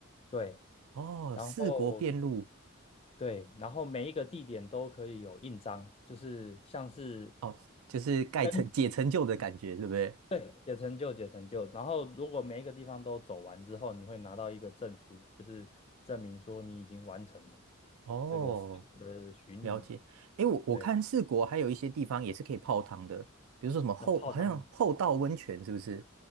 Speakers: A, on the left; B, on the right.
A: 对。
B: 哦，
A: 然后
B: 四国遍路，
A: 对，然后每一个地点都可以有印章，就是像是
B: 哦，就是盖成解成就的感觉，
A: 跟
B: 对不对？
A: 对解成就解成就。然后如果每一个地方都走完之后，你会拿到一个证书，就是证明说你已经完成了
B: 哦，
A: 这个四国的巡礼。
B: 了解。诶，我我看四国还有一些地方也是可以泡汤的，
A: 对，
B: 比如说什么后，
A: 那泡汤吗？
B: 好像后道温泉是不是？